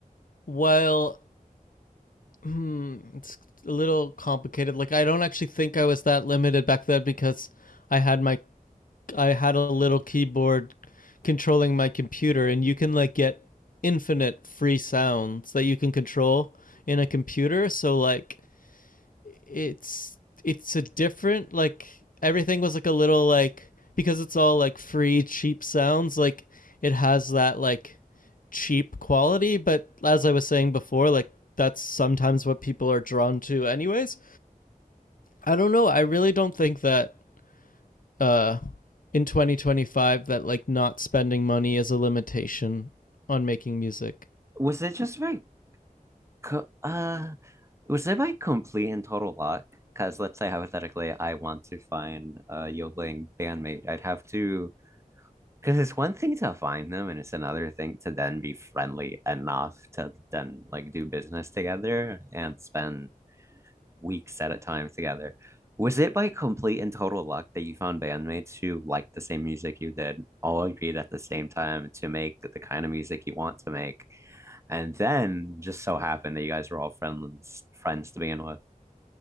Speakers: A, on the left (about 70°); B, on the right (about 20°).
A: well hmm, it's a little complicated like i don't actually think i was that limited back then because i had my i had a little keyboard controlling my computer and you can like get infinite free sounds that you can control in a computer so like it's it's a different like everything was like a little like because it's all like free cheap sounds like it has that like cheap quality but as i was saying before like that's sometimes what people are drawn to anyways i don't know i really don't think that uh in 2025 that like not spending money is a limitation on making music
B: Was it just my co uh was it my complete and total luck? Because let's say hypothetically I want to find a yodeling bandmate. I'd have to Because it's one thing to find them, and it's another thing to then be friendly enough to then like do business together and spend weeks at a time together. Was it by complete and total luck that you found bandmates who liked the same music you did, all agreed at the same time to make the kind of music you want to make, and then just so happened that you guys were all friends friends to begin with?